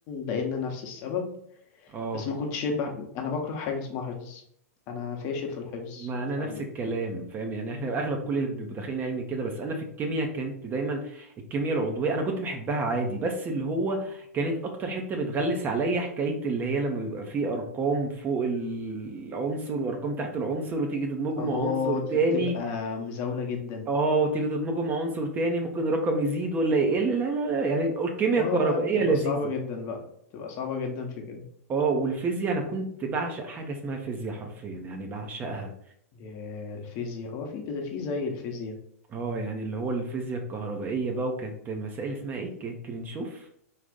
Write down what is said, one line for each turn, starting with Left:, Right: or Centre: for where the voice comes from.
Left: لان نفس السبب
Right: اه
Left: بس ما كنتش بح... انا بكره حاجة اسمها حفظ انا فاشل في الحفظ
Right: ما انا
Left: ف
Right: نفس الكلام فاهم يعني احنا اغلب كل اللي بيبقوا داخلين علمي كده بس انا في الكيمياء كانت دايما الكيمياء العضويه انا كنت بحبها عادي بس اللي هو كانت اكتر حته بتغلس عليا حكايه اللي هي لما بيبقى فيه ارقام فوق العنصر وارقام تحت العنصر وتيجي تدمجه
Left: اه
Right: مع عنصر تاني
Left: دي بتبقى مزاولة جدا
Right: اه وتيجي تدمجه مع عنصر تاني ممكن الرقم يزيد ولا يقل لا لا لا يعني الكيمياء
Left: اه
Right: الكهربائيه
Left: لا بتبقى
Right: لذيذه
Left: صعبة جدا بقى بتبقى صعبة جدا في كده
Right: اه والفيزياء انا كنت بعشق حاجه اسمها فيزياء حرفيا يعني بعشقها
Left: يا الفيزياء هو في فيزياء في زي الفيزياء
Right: اه يعني اللي هو الفيزياء الكهربائية بقى وكانت مسائل اسمها ايه
Left: مم.
Right: ك- كرنشوف